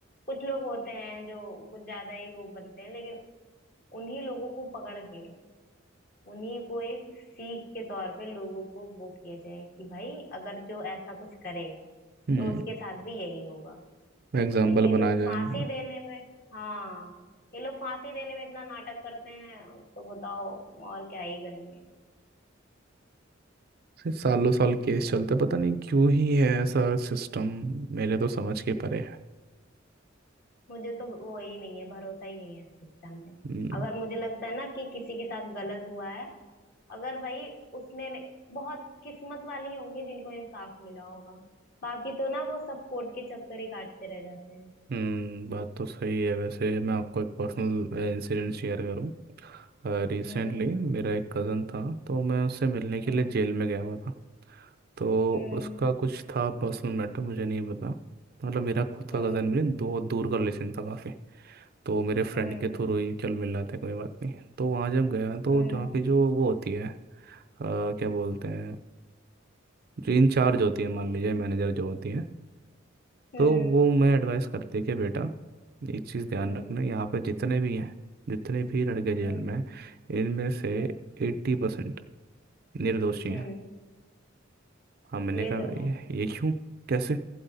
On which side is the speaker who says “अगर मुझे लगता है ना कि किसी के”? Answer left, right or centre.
Left